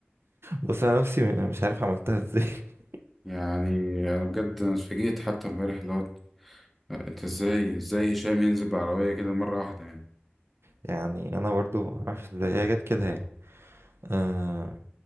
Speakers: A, on the right; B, in the centre.
A: بص انا نفسي م- مش عارف عملتها ازاي <laughs>
B: يعني انا بجد انا اتفاجئت حتى امبارح اللي هو انت ازاي ازاي هشام ينزل بالعربية كده مرة واحدة يعني
A: يعني انا برضو ما اعرفش ازاي هي جت كده يعني آه